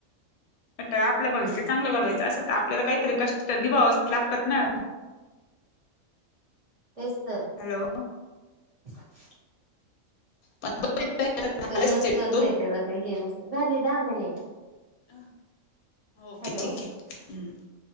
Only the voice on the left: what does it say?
तर आपलं
भविष्य चांगलं घडवायचं असेल तर आपल्याला काहीतरी कष्ट निभावंच लागतात ना.
हॅलो
पण तो इथं झाला
सेट
तो
हा ओके
ठीक आहे ह्म.